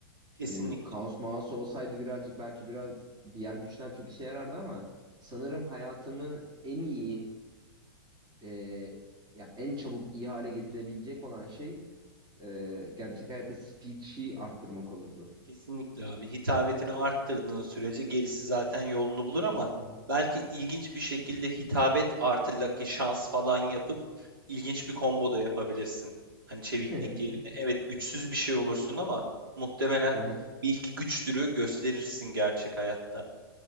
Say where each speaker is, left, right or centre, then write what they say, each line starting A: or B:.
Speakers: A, on the right; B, on the right.
A: Kesinlikle.
B: Hani kaos maos olsaydı birazcık belki biraz diğer güçler çok işe yarardı ama sanırım hayatımı en iyi e, ya en çabuk iyi hale getirebilecek olan şey e, gerçek hayatta speech'i arttırmak olurdu.
A: Kesinlikle abi. Hitabetini arttırdığın sürece gerisi zaten yolunu bulur ama
B: Hı hı.
A: belki ilginç bir şekilde hitabet artı lucky şans falan yapıp ilginç bir combo da yapabilirsin. Hani çeviklik
B: Hı
A: yerine. Evet güçsüz bir şey olursun ama muhtemelen
B: hı.
A: bilgi güçtürü gösterirsin gerçek hayatta.